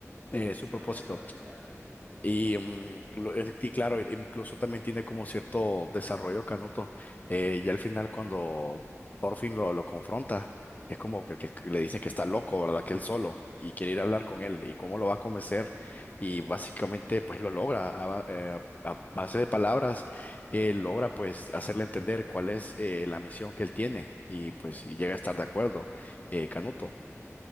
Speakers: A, on the left (about 30°); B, in the centre.
A: eh,
B: y él
A: su
B: se
A: propósito.
B: lo oye para luchar.
A: Y, mm, lo- es- y claro, el- incluso también tiene como cierto desarrollo Canuto. Eh, ya al final cuando por fin lo, lo confronta, es como que, que- que le dicen que está loco, ¿verdad? Que él solo y quiere ir a hablar con él y cómo lo va a convencer. Y básicamente pues lo logra a, ba- eh, a- a base de palabras, eh, logra pues hacerle entender cuál es eh, la misión que él tiene y pues y llega a estar de acuerdo eh, Canuto.